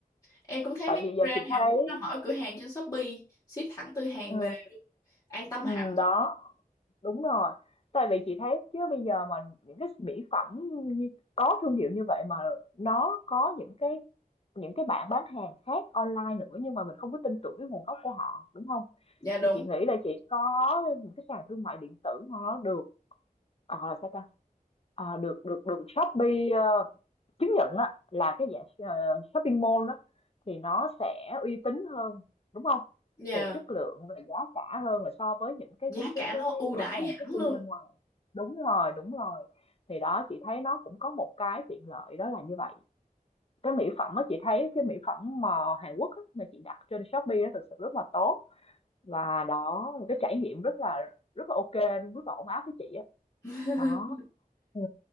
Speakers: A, on the left; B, on the left.
A: Em cũng thấy
B: tại
A: mấy
B: vì
A: cái
B: giờ
A: brand
B: chị thấy
A: Hàn Quốc nó mở cửa hàng trên Shopee, ship thẳng từ Hàn
B: ừ,
A: về, an tâm
B: ừ,
A: hẳn.
B: đó đúng rồi tại vì chị thấy chứ bây giờ mà những cái mỹ phẩm như- có thương hiệu như vậy mà nó có những cái những cái bạn bán hàng khác online nữa nhưng mà mình không có tin tưởng cái nguồn gốc của họ đúng không
A: Dạ đúng.
B: thì chị nghĩ là chị có những cái sàn thương mại điện tử mà nó được ờ là sao ta Ờ, được được được Shopee ờ, chứng nhận á là cái dạng ờ, shopping mall đó thì nó sẽ uy tín hơn đúng không
A: Dạ,
B: về chất lượng về giá cả hơn là so với những cái
A: giá
B: cái
A: cả
B: cái
A: nó
B: cái
A: ưu
B: cửa
A: đãi
B: hàng
A: hẳn
B: shopping
A: luôn.
B: bên ngoài đúng rồi đúng rồi thì đó chị thấy nó cũng có một cái tiện lợi đó là như vậy cái mỹ phẩm á chị thấy cái mỹ phẩm mà Hàn Quốc á, mà chị đặt trên Shopee á thực sự rất là tốt và đó một cái trải nghiệm rất là rất là ok luôn rất là ổn áp với chị á
A: <laughs>
B: đó ừ.